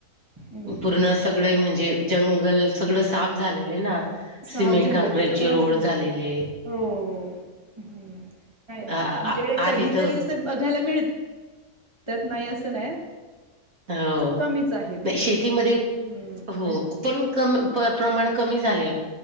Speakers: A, on the right; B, on the right.
A: हम्
B: पूर्ण सगळे म्हणजे जंगल सगळं साफ झालेले ना.
A: साप
B: सिमेंट
A: झालाय
B: काँक्रेट
A: त्याच्यामुळे
B: चे रोड
A: असं
B: झालेले,
A: हो हो काय
B: आ आ
A: आमच्याकडे
B: आधी
A: कधीतरी,
B: तर
A: बघायला मिळत्यात नाही असं नाही.
B: हो
A: कमीच आहेत
B: नाही. शेतीमध्ये
A: हम्म तर
B: हो,
A: पहिला
B: पण कमी प्रमाण कमी झालेल.